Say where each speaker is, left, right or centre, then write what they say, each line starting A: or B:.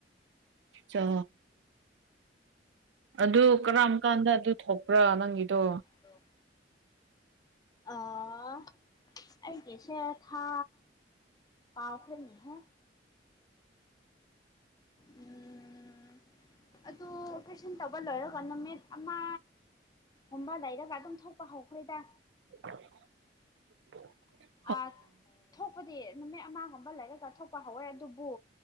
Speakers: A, on the right; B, on the left.
A: ꯆꯣ ꯑꯗꯨ ꯀꯔꯝ ꯀꯥꯟꯗ ꯑꯗꯨ ꯊꯣꯛꯄ꯭ꯔꯥ ꯅꯪꯒꯤꯗꯣ
B: ꯗꯣ ꯑꯥ ꯑꯩꯒꯤꯁꯦ ꯊꯥ ꯀꯥꯎꯈ꯭ꯔꯦꯅꯦꯍꯦ ꯎꯝ ꯑꯗꯨ ꯑꯣꯄ꯭ꯔꯦꯁꯟ ꯇꯧꯕ ꯂꯣꯏꯔꯒ ꯅꯨꯃꯤꯠ ꯑꯃ ꯒꯨꯝꯕ ꯂꯩꯔꯒ ꯑꯗꯨꯝ ꯊꯣꯛꯄ ꯍꯧꯈ꯭ꯔꯦꯗ
A: <inaudible>
B: ꯑꯥ ꯊꯣꯛꯄꯗꯤ ꯅꯨꯃꯤꯠ ꯑꯃꯒꯨꯝꯕ ꯂꯩꯔꯒ ꯊꯣꯛꯄ ꯍꯧꯋꯦ ꯑꯗꯨꯕꯨ